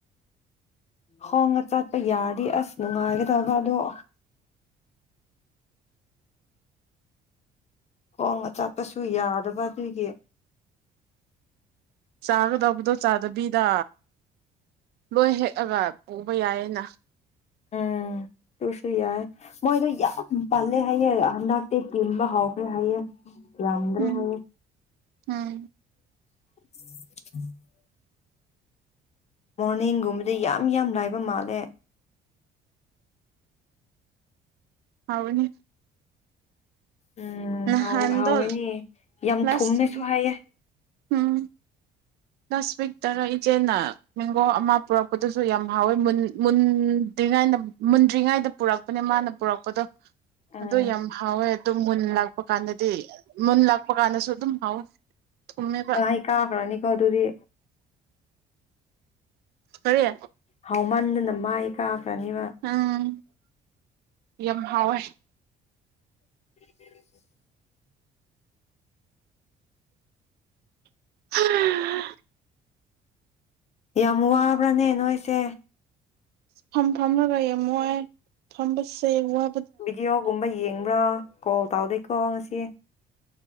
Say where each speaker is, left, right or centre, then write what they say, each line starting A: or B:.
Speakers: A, on the left (about 40°); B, on the right (about 70°).
A: ꯍꯣꯡꯉ ꯆꯠꯄ ꯌꯥꯗꯤ ꯑꯁ ꯅꯨꯡꯉꯥꯏꯒꯗ ꯇꯕꯗꯣ ꯈꯣꯡ ꯑ ꯆꯥꯛꯄꯁꯨ ꯌꯥꯗꯕ ꯑꯩꯒꯤ
B: ꯆꯥꯒꯗꯧꯕꯗꯣ ꯆꯥꯗꯕꯤꯗ ꯂꯣꯏ ꯍꯦꯛꯑꯒ ꯄꯨꯕ ꯌꯥꯏꯌꯦꯅ
A: ꯎꯝ ꯇꯁꯨ ꯌꯥꯏ ꯃꯣꯏꯗꯣ ꯌꯥꯝ ꯄꯜꯂꯦ ꯍꯥꯏꯌꯦ ꯍꯟꯗꯛꯇꯤ ꯀꯤꯟꯕ ꯍꯧꯥꯎꯈ꯭ꯔꯦ ꯍꯥꯏꯌꯦꯦ ꯂꯗ꯭ꯔꯦ
B: ꯎꯝ
A: ꯍꯥꯏꯕ
B: ꯎꯝ
A: ꯎꯝ ꯎꯝ ꯃꯣꯔꯅꯤꯡꯒꯨꯝꯕꯗꯤ ꯌꯥꯝ ꯂꯥꯏ ꯑꯗꯨ ꯃꯥꯂꯦ
B: ꯍꯥꯎꯅꯦ
A: ꯎꯝ
B: ꯅꯍꯥꯟꯗꯣ
A: ꯍꯥꯎꯋ ꯍꯥꯎꯋꯦꯅꯦ ꯌꯥꯝ
B: ꯂꯥꯁ
A: ꯊꯨꯝꯃꯦꯁꯨ ꯍꯥꯏꯌꯦꯦ
B: ꯎꯝ ꯂꯥꯁ ꯋꯤꯛ ꯇꯔ ꯏꯆꯦꯅ ꯃꯦꯡꯒꯣ ꯑꯃ ꯄꯨꯔꯛꯄꯗꯨꯁꯨ ꯌꯥꯝ ꯍꯥꯎꯋꯦ ꯃꯨꯟꯗ꯭ꯔꯤꯉꯩꯗ ꯃꯨꯟꯗ꯭ꯔꯤꯉꯩꯗ ꯄꯨꯔꯛꯄꯅꯦ ꯃꯥꯅ ꯄꯨꯔꯛꯄꯗꯣ
A: ꯎꯝ
B: ꯑꯗꯨ ꯌꯥꯝ ꯍꯥꯎꯋꯦ ꯑꯗꯨꯝ ꯃꯨꯟ ꯂꯥꯛꯄ ꯀꯥꯟꯗꯗꯤ ꯃꯨꯟ ꯂꯥꯛꯄ ꯀꯥꯟꯗꯁꯨ ꯑꯗꯨꯝ ꯍꯥꯎꯋꯦ ꯊꯨꯝꯃꯦꯕ
A: ꯃꯥꯏ ꯀꯥꯈ꯭ꯔꯅꯤꯀꯣ ꯑꯗꯨꯗꯤ
B: ꯀꯔꯤ
A: ꯍꯧꯃꯟꯗꯅ ꯃꯥꯏ ꯀꯥ ꯐ꯭ꯔꯅꯤꯕ
B: ꯎꯝ ꯌꯥꯝ ꯍꯥꯎꯋꯦ
A: <unintelligible>
B: <unintelligible>
A: ꯌꯥꯝ ꯋꯥꯕ꯭ꯔꯅꯦ ꯅꯣꯏꯁꯦ
B: ꯐꯝ ꯐꯝꯂꯒ ꯌꯦꯝꯃꯣꯏ ꯐꯝꯕꯁꯦ ꯋꯥ
A: ꯕꯤꯗꯣꯌꯣ ꯒꯨꯝꯕ ꯌꯦꯡꯕ꯭ꯔꯥ ꯀꯣꯜ ꯇꯥꯎꯗꯦꯀꯣ ꯉꯁꯤ